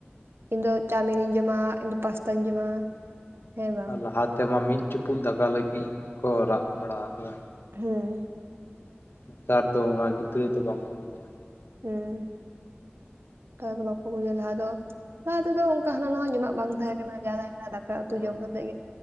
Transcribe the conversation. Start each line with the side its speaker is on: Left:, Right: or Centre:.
Right: ᱤᱧ ᱫᱚ ᱪᱟᱣᱢᱤᱱᱤᱧ ᱡᱚᱢᱟ, ᱤᱧᱫᱚ ᱯᱟᱥᱛᱟᱧ ᱡᱚᱢᱟ। ᱦᱮᱸ ᱵᱟᱝ
Left: ᱟᱨ ᱞᱟᱦᱟ ᱛᱮᱢᱟ ᱢᱤᱫ ᱪᱩᱯᱩᱫ ᱫᱟᱠᱟ ᱞᱟᱹᱜᱤᱫ ᱠᱚ ᱨᱟᱜ ᱵᱟᱲᱟ ᱟᱠᱟᱫᱟ
Right: ᱦᱮᱸ
Left: ᱱᱮᱛᱟᱨ ᱫᱚ ᱚᱱᱟ ᱜᱤᱫᱽᱨᱟᱹ ᱫᱚ ᱵᱟᱝᱠᱚ ᱵᱩᱡᱟ
Right: ᱩᱸ ᱵᱟ ᱵᱩᱡ ᱞᱟᱦᱟ ᱫᱚ ᱞᱟᱦᱟ ᱛᱮᱫᱚ ᱚᱱᱠᱟ ᱦᱟᱱᱟ ᱱᱟ ᱡᱚᱢᱟᱜ ᱵᱟᱝ ᱛᱟᱦᱮᱸ ᱠᱟᱱᱟ ᱛᱟᱦᱮᱸ ᱠᱟᱱᱟ ᱫᱟᱠᱟ ᱩᱛᱩ
Left: ᱦᱳᱭ
Right: ᱡᱚᱢ ᱠᱟᱛᱮᱜ